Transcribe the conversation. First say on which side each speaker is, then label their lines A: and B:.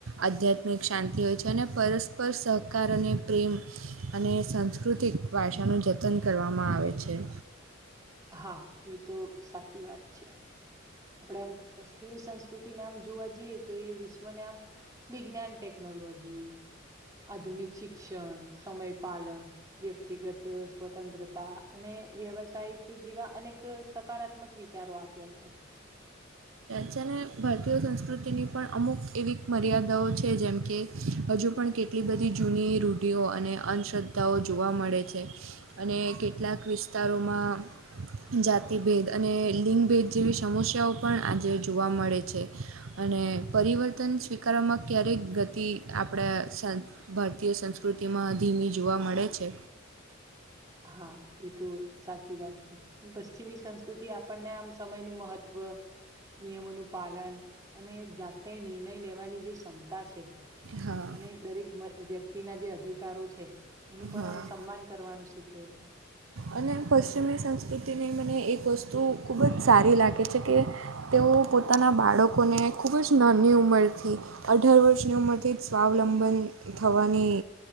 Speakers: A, on the right; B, on the right.
A: આધ્યાત્મિક શાંતિ હોય છે અને પરસ્પર સહકાર અને પ્રેમ અને સંસ્કૃતિક ભાષાનું જતન કરવામાં આવે છે.
B: હા એ તો સાચી વાત છે આપડે આમ પશ્ચિમી સંસ્કૃતિને આમ જોવા જઈએ તો એ વિશ્વને આમ વિજ્ઞાન ટેકનોલોજી આધુનિક શિક્ષણ સમય પાલન વ્યક્તિગત સ્વતંત્રતા અને વ્યવસાયિક જેવા અનેક સકારાત્મક વિચારો આપ્યા છે
A: છે અને ભારતીય સંસ્કૃતિની પણ અમુક એવી મર્યાદાઓ છે જેમ કે હજુ પણ કેટલી બધી જૂની રૂઢિઓ અને અંધંધશ્રદ્ધાઓ જોવા મળે છે અને કેટલાક વિસ્તારોમાં જાતિભેદ અને લિંગભેદ જેવી સમસ્યાઓ પણ આજે જોવા મળે છે અને પરિવર્તન સ્વીકારવામાં ક્યારેક ગતિ આપણા ભારતીય સંસ્કૃતિમાં ધીમી જોવા મળે છે
B: હા એ તો સાચી વાત છે પશ્ચિમી સંસ્કૃતિ આપણને આમ સમય ન મહત્વ નિયમોનું પાલન અને જાતે નિર્ણય લેવાની જે ક્ષમતા છે
A: હા
B: અને દરેક વ્યક્તિના જે અધિકારો છે એનું પણ
A: હા
B: આમ સન્માન કરવાનું શીખવે છે
A: અને પશ્ચિમી સંસ્કૃતિને મને એક વસ્તુ ખૂબ જ સારી લાગે છે કે તેઓ પોતાના બાળકોને ખૂબ જ નાની ઉંમર થી અઢાર વર્ષની ઉંમરથી જ સ્વાવલંબન થવાની